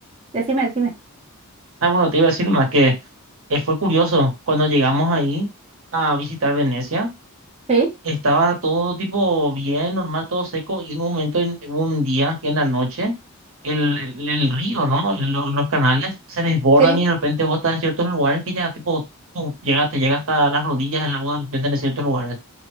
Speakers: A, on the right; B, on the right.
A: decime, decime.
B: Ah, bueno, te iba a decir más que... Eh, fue curioso, cuando llegamos ahí a visitar Venecia,
A: Sí,
B: estaba todo tipo bien, normal, todo seco, y en un momento, en, hubo un día, que en la noche, el, el, el río, ¿no? lo- Los, canales se desbordan
A: sí.
B: y de repente vos estás en ciertos lugares que ya tipo, tú llega, te llega hasta las rodillas el agua de repente en ciertos lugares.